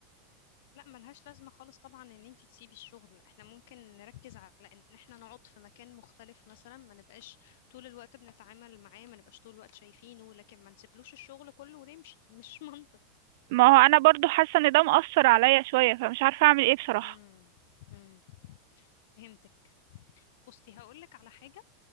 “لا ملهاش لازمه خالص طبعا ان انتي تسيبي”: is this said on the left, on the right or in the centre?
Left